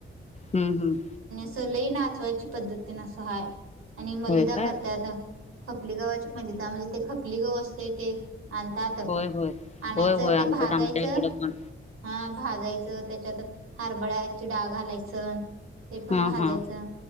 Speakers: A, on the left; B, on the right.
A: हम्म हम्म
B: स लई नाचवायची पद्धतीन अस हा आणि मलिदा
A: होय काय
B: करतत खपली गव्हाचा मलिदा म्हणजे ते खपलीगाव असतें ते आणितात
A: होय होय
B: आणायचं
A: होय होय
B: ते
A: आमच्यात
B: भाजायचं
A: आमच्या इकडं पण
B: हा भाजायचं त्याच्यात हरबळ्याची डाळ घालायचं ते पण
A: हा
B: भाजायचं
A: हा